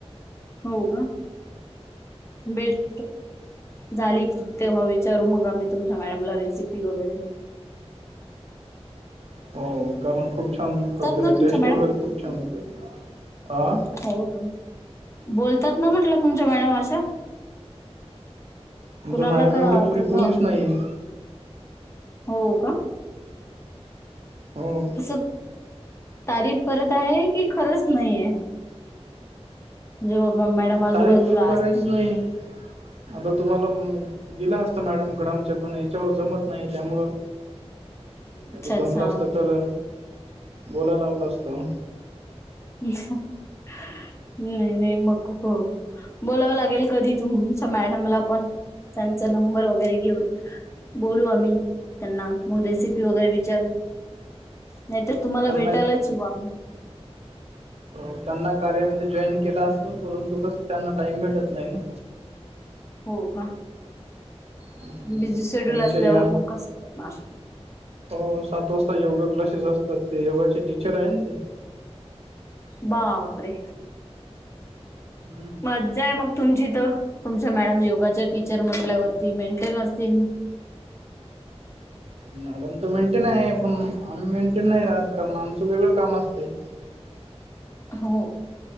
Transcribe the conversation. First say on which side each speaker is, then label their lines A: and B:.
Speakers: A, on the left; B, on the right.
A: हो का बेत झाली क तेव्हा विचारू मग आम्ही तुमच्या मॅडमला रेसिपी वगैरे
B: हो कारण खूप छान करते
A: तात ना तुमच्या
B: टेस्ट
A: मॅडम
B: वगैरे खूप छान होते ती हा
A: हो का बोलतात ना म्हटलं तुमच्या मॅडम अशा
B: तुमच्या
A: कुणाला
B: मॅडम
A: का
B: एवढे फ्री
A: तेवढं
B: कोणीच नाही ना
A: हो का
B: हो
A: तस तारीफ करत आहे की खरंच नाहीये. जे बा मॅडम आजूबाजूला
B: तारीफ करायच
A: असतीनं
B: नाही आता तुम्हाला दिला असता मॅडमकड आमच्या फोन याच्यावर जमत नाही त्यामुंळ कधी
A: अच्छा अच्छा
B: जमलं असत तर बोलायला लावलं असतं.
A: नाय नाय मग खूप बोलावं लागेल कधी तुमच्या मॅडमला पण त्यांचा नंबर वगैरे घेऊन बोलू आम्ही त्यांना मग रेसिपी वगैरे विचारू नाहीतर तुम्हाला
B: त्यांना
A: भेटायलाच
B: एक
A: येिऊ आम्ही
B: हो त्यांना कार्यामध्ये जॉईन केला असतं परंतु कसं त्यांना टाइम भेटत नाही ना
A: हो का
B: हम्म.
A: बिझी शेड्यूल
B: त्यांच्या
A: असल्यावर
B: या
A: मग कस करणार
B: हो सात वाजता योगा क्लासेस असतात ते योगाचे टीचर आहे ना ते
A: बापरे
B: हम्म
A: म जय मग तुमची तर तुमच्या मॅडम योगाच्या टीचर म्हटल्यावरती मेंटेन असतील
B: मॅडम तर मेंटेन आहे पण आम्ही मेंटेन नाही राहत कारण आमचं वेगळं काम असते
A: हो